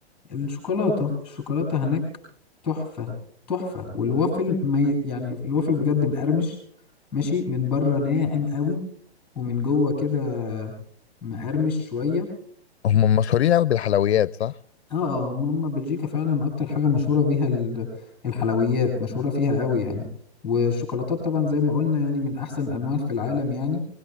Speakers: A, in the centre; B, on the left.
A: الشوكولاته الشوكولاته هناك تحفه تحفه والوافل ما ي- يعني الوافل بجد مقرمش ماشي من بره ناعم قوي ومن جوه كده مقرمش شويه
B: هم مشهورين قوي بالحلويات صح؟
A: اه اه هم هم بلجيكا فعلا اكتر حاجة مشهورة بيها ال- الحلويات مشهورة فيها قوي يعني والشوكولاتات طبعا زي ما قلنا يعني من احسن الانواع في العالم يعني